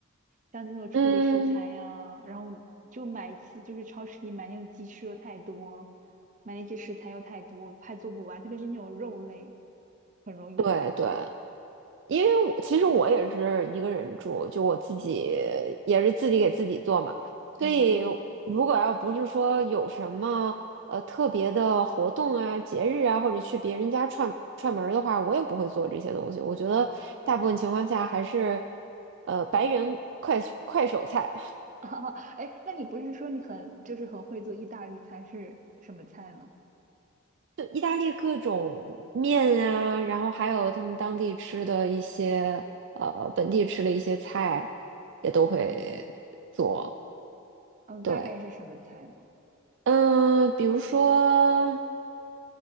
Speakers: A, on the right (about 35°); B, on the right (about 60°).
A: 像那种处理食材呀，
B: 嗯，
A: 然后就买一次，就是超市里买那种鸡翅又太多，买那些食材又太多，怕做不完，特别是那种肉类，很容易坏。
B: 对对，因为我其实我也是一个人住，就我自己也是自己给自己做嘛，
A: 嗯，
B: 所以如果要不是说有什么呃特别的活动啊、节日啊，或者去别人家串串门儿的话，我也不会做这些东西。我觉得大部分情况下还是呃白人快快手菜。
A: <laughs> 哎那你不是说你很就是很会做意大利菜，是什么菜呢？
B: 意大利各种面啊，然后还有他们当地吃的一些，呃，本地吃的一些菜，也都会做。
A: 哦，嗯，
B: 对，
A: 大概是什么菜呢？
B: 嗯，比如说，